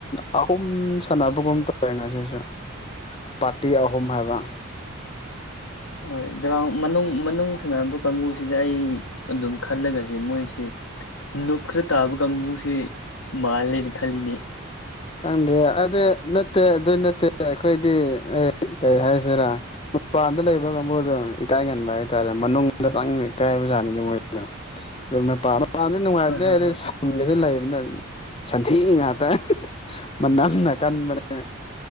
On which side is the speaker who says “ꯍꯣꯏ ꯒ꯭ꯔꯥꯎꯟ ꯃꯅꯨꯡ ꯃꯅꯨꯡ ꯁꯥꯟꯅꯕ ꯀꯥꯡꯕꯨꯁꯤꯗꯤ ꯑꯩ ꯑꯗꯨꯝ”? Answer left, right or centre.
Left